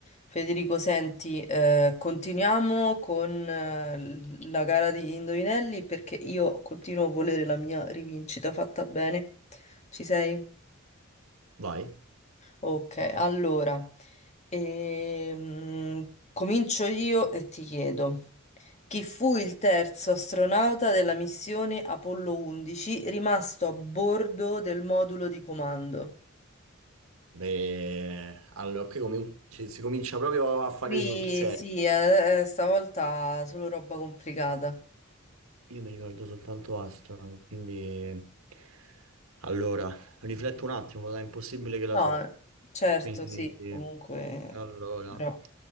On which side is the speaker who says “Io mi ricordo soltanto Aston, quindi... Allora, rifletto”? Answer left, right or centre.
Right